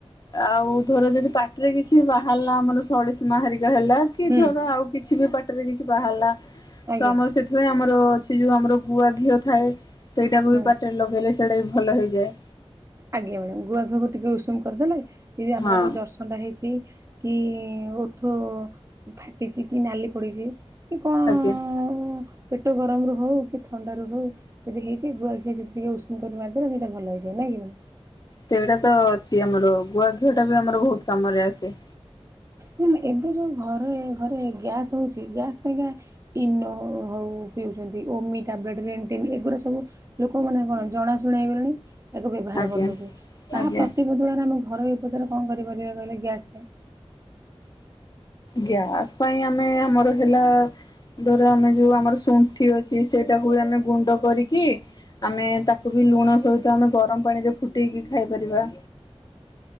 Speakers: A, on the left (about 40°); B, on the right (about 30°).
A: ଆଉ ଧର ଯଦି ପାଟିରେ କିଛି ବାହାରିଲା ଆମର ସଳିସିମା ହେରିକା ହେଲା। କି
B: ହୁଁ
A: ଧର ଆଉ କିଛି ବି ପାଟିରେ କିଛି ବାହାରିଲା ତ
B: ଆଜ୍ଞା
A: ଆମର ସେ। ସେଥିପାଇଁ ଆମର ଅଛି ଯୋଉ ଆମର ଗୁଆ ଘିଅ ଥାଏ ସେଇଟାକୁ
B: ହୁଁ।
A: ବି ପାଟି ରେ ଲଗେଇଲେ ସେଇଟା ବି ଭଲ ହେଇଯିବ।
B: ଆଜ୍ଞା ମ୍ୟାଡାମ ଗୁଆ ଘିଅକୁ ଟିକେ ଉଷୁମ କରିଦେଲେ ଏଇ ଯୋଉ ଆପଣଙ୍କ
A: ହଁ
B: ଜରଷ ଥଣ୍ଡା ହେଇଛି କି ଓଠ ଫାଟିଛି କି ନାଲି ପଡିଛି କି କଣ।
A: ଆଜ୍ଞା।
B: ଆଉ ପେଟ ଗରମ ରୁ ହଉ କି ଥଣ୍ଡା ରୁ ହଉ। ଯଦି ହେଇଛି ଗୁଆଘିଅ ଯଦି ଟିକେ ଉଷୁମୁ କରି ମାରି ଦବା ସେଇଟା ଭଲ ହେଇଯିବ ନାଇଁ କି।
A: ସେଗୁଡା ତ ଅଛି ଆମର ଗୁଆଘିଅ ଟା ବି ଆମର ବହୁତ କାମ ରେ ଆସେ।
B: ପୁଣି ଏବେ ଯୋଉ ଘରେ ଘରେ ଗ୍ୟାସ୍ ହଉଛି ଗ୍ୟାସ୍ ପାଇଁକା। ଇନୋ ହଉ ପିଉଛନ୍ତି ଓମି ଟ୍ୟାାବ୍ଲେଟ୍ ରେଣ୍ଟିନ୍ ଏଗୁଡ଼ା ସବୁ। ଲୋକମାନେ କଣ ଜଣାଶୁଣା ହେଇଗଲେଣି। ଏହାକୁ ବ୍ୟବହାର
A: ଆଜ୍ଞା
B: କରିଦେଉଛି, ତା
A: ଆଜ୍ଞା।
B: ପ୍ରତିବଦଳରେ ଆମେ ଘରୋଇ ଉପଚାର କଣ କରିପାରିବା କହିଲେ? ଗ୍ୟାସ୍
A: ଗ୍ୟାସ ପାଇଁ ଆମେ ଆମର ହେଲା ଧର ଆମେ ଯୋଉ ଆମର ଶୁଣ୍ଠି ଅଛି ସେଇଟାକୁ ବି ଆମେ ଗୁଣ୍ଡ କରିକି ଆମେ ତାକୁ ବି ଲୁଣ ସହିତ ଆମେ ଗରମ ପାଣିରେ ଫୁଟେଇକି ଖାଇପାରିବା।